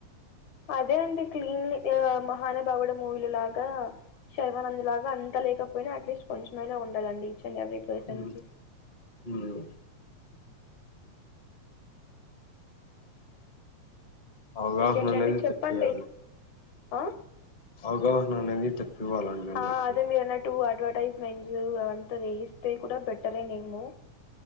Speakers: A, on the left; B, on the left.
A: అదే అండి క్లీన్లీ మహాన బావిడ మూవీలు లాగా శైవనంద్ లాగా అంత లేక యి అట్లీస్ కొంచైనా ఉ డి ఈచ్ అండ్ ఎవీ పర్సన్కి
B: హ్మ్ హ్మ్ అవగాహన
A: ఇంకేంటండి
B: అనేది
A: చెప్పండి
B: తెప్పేయాలి
A: ఆ
B: అవగాహన అనేది తెప్పివ్వాలండి అందరికి
A: ఆ అదే మీరున్నటు అడ్వర్టైజ్మెంట్స్ అంతా చేయిస్తే కూడా బెట్టర నేము